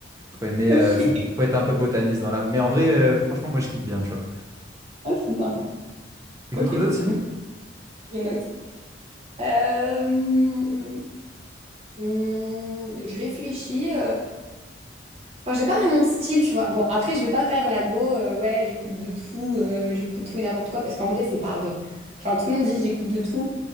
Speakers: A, on the right (about 15°); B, on the right (about 35°).
A: Faut aimer.
B: <laughs>
A: euh, Faut, faut être un peu botaniste dans l'âme. Mais en vrai, euh, franchement, moi, je kiffe bien, tu vois.
B: Oh, trop marrant.
A: T'écoutes
B: Ok,
A: quoi d'autre
B: trop
A: sinon?
B: cool. Je note. Euh, hum, hum, je réfléchis. euh, Enfin, j'ai pas vraiment de style, tu vois. Bon, après, je vais pas faire la go, euh, ouais, j'écoute de tout, euh, j'écoute tout et n'importe quoi, parce qu'en vrai, c'est pas vrai. Enfin, tout le monde dit j'écoute de tout,